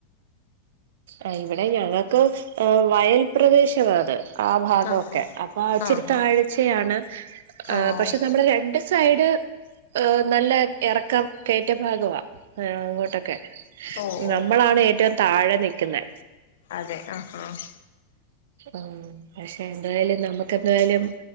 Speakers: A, on the right; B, on the left.
A: ആഹ് ഇവടെ ഞങ്ങക്കും എ വയൽ പ്രേദേശവാ അത് ആ ഭാഗൊക്കെ
B: ആഹ്
A: അപ്പൊ ഇച്ചിരിത്താഴ്ചയാണ്
B: ആഹ് ആഹ് ആഹ്
A: പക്ഷെ നമ്മള് രണ്ട് സൈഡ് ആഹ് നല്ല എറക്കം കേറ്റ ഭാഗവാ ആഹ് അങ്ങോട്ടൊക്കെ
B: ഓ
A: നമ്മളാണ്
B: ഓ
A: ഏറ്റവും താഴെ നിക്ക്ന്നെ
B: അതെ ആഹ് ആഹ്
A: ആഹ് പക്ഷെ എന്തായാലും നമ്മക്കെന്തായാലും